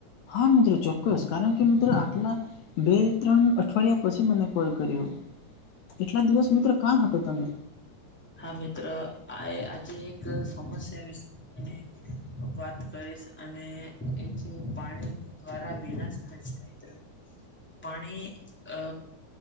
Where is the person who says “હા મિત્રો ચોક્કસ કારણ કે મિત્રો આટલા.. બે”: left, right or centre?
Left